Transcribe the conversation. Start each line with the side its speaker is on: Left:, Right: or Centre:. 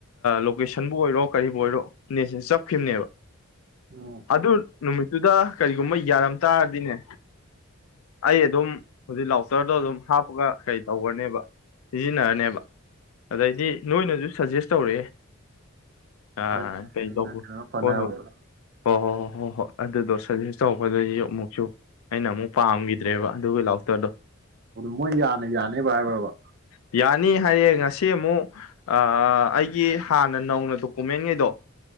Left: ꯂꯣꯀꯦꯁꯟꯕꯨ ꯑꯣꯏꯔꯣ ꯀꯔꯤꯕꯨ ꯑꯣꯏꯔꯣ ꯅꯦꯁꯦ ꯆꯞꯈꯤꯕꯅꯦꯕ
Right: ꯎꯝ
Left: ꯑꯗꯨ ꯅꯨꯃꯤꯠꯇꯨꯗ꯫ ꯒꯨꯝꯕ ꯌꯥꯔꯝ ꯇꯥꯔꯗꯤꯅꯦ꯫ ꯑꯩ ꯑꯗꯨꯝ ꯍꯧꯖꯤꯛ ꯂꯥꯎꯆꯔꯗꯣ ꯑꯗꯨꯝ ꯍꯥꯞꯄꯒ ꯀꯩ ꯇꯧꯈ꯭ꯔꯅꯦꯕ ꯁꯤꯖꯤꯟꯅꯔꯅꯦꯕ꯫ ꯑꯗꯩꯗꯤ ꯅꯣꯏꯅꯁꯨ ꯁꯖꯦꯁ ꯇꯧꯔꯛꯑꯦ ꯑ
Right: ꯍꯣꯏꯅꯦ
Left: ꯀꯩꯗꯧꯕ
Right: ꯑꯩꯅ ꯀꯩꯅꯣ ꯐꯅꯤ
Left: ꯍꯣꯏ
Right: ꯍꯥꯏꯕꯗꯣ
Left: ꯍꯣꯏ ꯍꯣꯏ ꯍꯣꯏ ꯍꯣꯏ ꯍꯣꯏ ꯍꯣꯏ ꯑꯗꯨꯗꯣ ꯁꯖꯦꯁ ꯇꯧꯔꯛꯗꯁꯨ ꯑꯃꯨꯛꯁꯨ꯫ ꯑꯃ ꯄꯥꯝꯈꯤꯗ꯭ꯔꯦꯕ ꯑꯗꯨꯒ꯫ ꯂꯥꯎꯗꯣ꯫
Right: ꯑꯗꯨ ꯃꯣꯏ ꯌꯥꯅ ꯌꯥꯅꯦꯕ ꯍꯥꯏꯕ꯭ꯔꯕ
Left: ꯌꯥꯅꯤ ꯍꯥꯏꯌꯦ ꯉꯁꯤ ꯑꯃꯨꯛ ꯑꯥꯥ ꯫ ꯑꯩꯒꯤ ꯍꯥꯟꯅ ꯅꯧꯅ ꯗꯣꯀꯨꯃꯦꯟꯈꯩꯗꯣ꯫